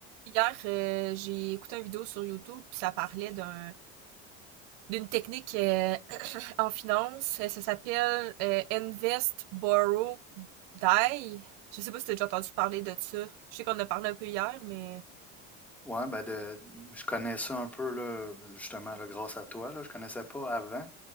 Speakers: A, on the right; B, in the centre.
A: Hier, euh, j'ai écouté une vidéo sur YouTube, puis ça parlait d'un d'une technique euh, <coughs> <clears throat> en finance. Ça s'appelle euh, Invest, Borrow, Die. Je sais pas si t'as déjà entendu parler de ça. Je sais qu'on en a parlé un peu hier, mais
B: Ouais, ben de, je connais ça un peu là, justement là, grâce à toi là, je connaissais pas avant.